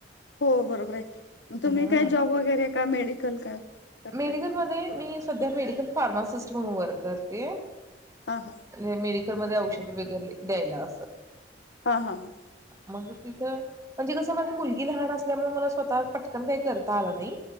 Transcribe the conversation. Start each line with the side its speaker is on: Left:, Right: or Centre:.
Left: हो बरोबर आयकी, म तुम्ही
Right: हम्म
Left: काय जॉब वगैरे का मेडिकल काय? करताय
Right: मेडिकलमध्ये <unintelligible> मी सध्या मेडिकल फार्मासिस्ट म्हणून वर करते. <unintelligible>
Left: हा हा
Right: मेडीक कलमध्ये औषधं वगैरे द्यायला असं
Left: हा हा हा.
Right: मग तिथं म्हणजे कसं माझी मुलगी लहान असल्यामुळं मला स्वतः पटकन काही करता आलं नई.